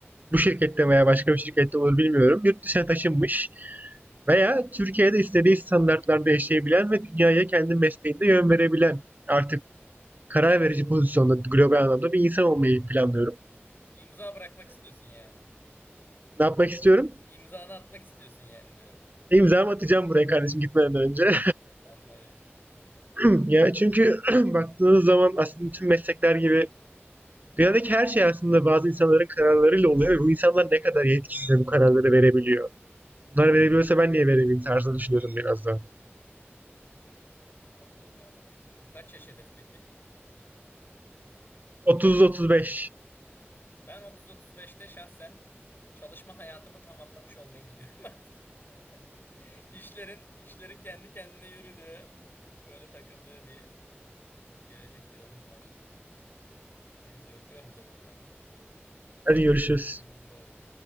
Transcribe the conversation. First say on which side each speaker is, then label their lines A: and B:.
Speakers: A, on the right (about 40°); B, on the left (about 50°).
A: bu şirkette veya başka bir şirkette olur bilmiyorum. Yurt dışına taşınmış veya Türkiye'de istediği standartlarda yaşayabilen ve dünyaya kendi mesleğinde yön verebilen artık karar verici pozisyonda global anlamda bir insan olmayı planlıyorum.
B: İmza bırakmak istiyorsun yani.
A: Ne yapmak istiyorum?
B: İmzanı atmak istiyorsun yani diyorum.
A: İmzamı atacağım buraya kardeşim gitmeden önce.
B: Anladım.
A: <laughs> ya çünkü <clears throat> <laughs> baktığınız zaman aslında tüm meslekler gibi dünyadaki her şey aslında bazı insanların kararlarıyla oluyor ve bu insanlar ne kadar yetkin bu kararları verebiliyor. Bunları verebiliyorsa ben niye veremeyeyim tarzını düşünüyorum biraz da.
B: Anladım abi. Bu kaç yaş hedef peki?
A: 30-35.
B: Anladım. Ben 30-35'te şahsen çalışma hayatımı tamamlamış olmayı diliyorum artık. <laughs> İşlerin, işlerin kendi kendine yürüdüğü, böyle takıldığı bir gelecek planım var. Neyse öpüyorum seni o zaman.
A: Hadi görüşürüz.
B: Hadi bay bay.